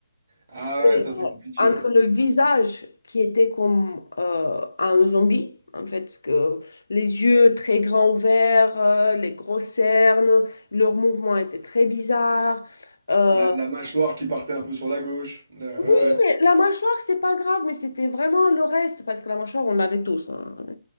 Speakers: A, on the right (about 45°); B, on the left (about 60°).
A: Ah ouais,
B: Et,
A: ça
B: euh,
A: c'est compliqué.
B: entre
A: ouais.
B: le
A: Mm.
B: visage qui était comme euh, un zombie, en fait, que les yeux très grands ouverts, euh, les grosses cernes, leurs mouvements étaient très bizarres. Euh,
A: La, la mâchoire qui partait un peu sur la gauche. Là,
B: oui,
A: ouais,
B: mais la mâchoire, c'est pas grave, mais c'était vraiment le reste, parce que la mâchoire, on l'avait tous. hein.